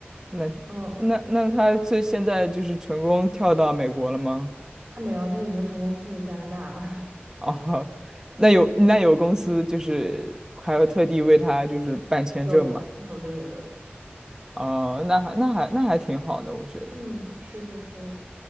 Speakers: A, on the right; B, on the right.
A: 那那那他最现在就是成功跳到美国了吗？
B: 嗯，还没有，他已经成功去加拿大了。<laughs>
A: <laughs> 哦，那有那有公司就是还有特地为他就是办签证嘛？
B: 有的，有的，有的。
A: 哦，那还那还那还挺好的，我觉得，
B: 嗯，是是是。